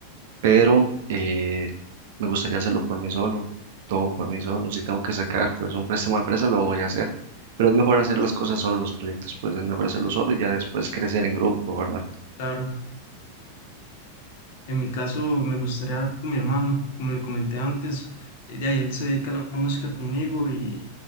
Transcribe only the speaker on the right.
Pero eh, me gustaría hacerlo por mí solo, todo por mí solo. Si tengo que sacar, pues un préstamo de empresa, lo voy a hacer. Pero es mejor hacer las cosas solo, los proyectos, pues es mejor hacerlo solo y ya después crecer en grupo, ¿verdad?